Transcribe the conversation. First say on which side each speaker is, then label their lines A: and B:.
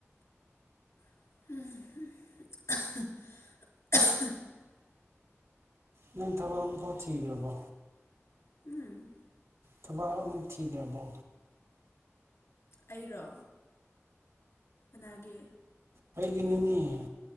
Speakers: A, on the left; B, on the right.
A: <unintelligible>
B: ꯅꯇꯔꯕꯝꯊꯧꯎ ꯆꯤꯗꯕꯣ
A: ꯎꯝ
B: ꯊꯕꯛ ꯑꯃꯨꯛ ꯊꯤꯗꯕꯣ
A: ꯑꯩꯔꯣ ꯅꯥꯒꯦ
B: ꯑꯩꯒꯤ ꯅꯤꯡꯉ